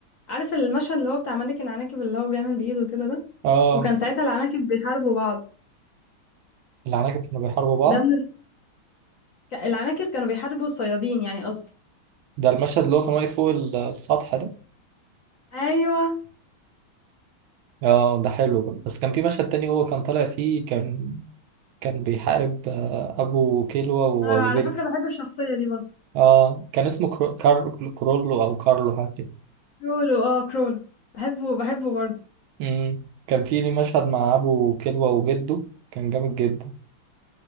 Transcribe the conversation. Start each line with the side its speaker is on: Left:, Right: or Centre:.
Left: عارف المشهد اللي هو بتاع ملك العناكب اللي هو بيعمل بايده كده ده
Right: اه
Left: وكان ساعتها العناكب بيحاربوا بعض
Right: العناكب كانوا بيحاربوا بعض
Left: ده من ك- العناكب كانوا بيحاربوا الصيادين يعني قصدي
Right: ده المشهد اللي هو كان واقف فوق ال- السطح ده
Left: ايوه
Right: اه ده حلو برضه. بس كان في مشهد تاني هو كان طالع فيه كان كان بيحارب آه، ابو كيلوا و-
Left: انا بقى
Right: وجده
Left: على فكره بحب الشخصيه دي برضو
Right: اه كان اسمه كرو... كار... كرولو او كارلو حاجه كده
Left: كرولو اه كرولو بحبه بحبه برضو
Right: امم كان في ليه مشهد مع ابو كيلوا وجده كان جامد جدا